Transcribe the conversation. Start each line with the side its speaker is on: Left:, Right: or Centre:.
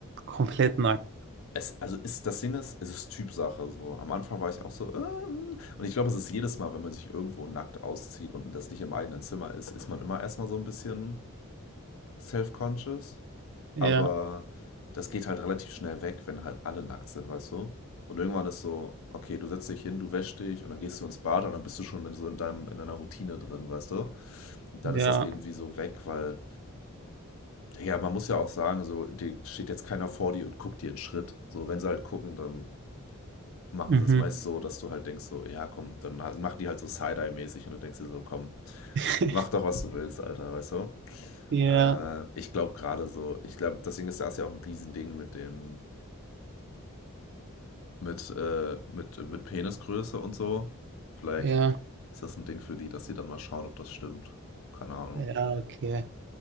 Right: Komplett nackt.
Left: Es, also ist, das Ding ist, es ist Typsache so. Am Anfang war ich auch so, ähm, und ich glaube, es ist jedes Mal, wenn man sich irgendwo nackt auszieht und das nicht im eigenen Zimmer ist, ist man immer erstmal so ein bisschen self-conscious.
Right: Ja,
Left: Aber das geht halt relativ schnell weg, wenn halt alle nackt sind, weißt du? Und irgendwann ist so, okay, du setzt dich hin, du wäschst dich und dann gehst du ins Bad und dann bist du schon in so in deinem, in deiner Routine drin, weißt du? Und dann
Right: ja.
Left: ist das irgendwie so weg, weil, ja, man muss ja auch sagen, so, dir steht jetzt keiner vor dir und guckt dir einen Schritt. So, wenn sie halt gucken, dann machen
Right: Mhm.
Left: sie es meist so, dass du halt denkst so, ja komm, dann ha- mach die halt so Side-Eye-mäßig und du denkst dir so, komm,
Right: <laughs>
Left: mach doch, was du willst, Alter, weißt du?
Right: Ja,
Left: Äh, ich glaube gerade so, ich glaube, deswegen ist das ja auch ein Riesending mit dem, mit, äh, mit, mit Penisgröße und so. Vielleicht
Right: ja,
Left: ist das ein Ding für die, dass die dann mal schauen, ob das stimmt. Keine Ahnung.
Right: ja, okay.